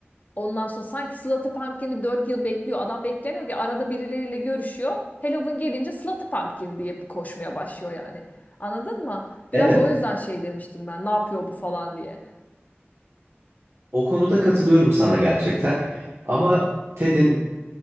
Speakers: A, on the left; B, on the right.
A: Ondan sonra sanki Slaughter Pumpkin'i 4 yıl bekliyor. Adam beklemiyor ki arada birileriyle görüşüyor. Halloween gelince Slaughter Pumpkin diye koşmaya başlıyor yani. Anladın mı?
B: Evet.
A: Biraz o yüzden şey demiştim ben. Ne yapıyor bu falan diye.
B: O konuda katılıyorum sana gerçekten. Ama Ted'in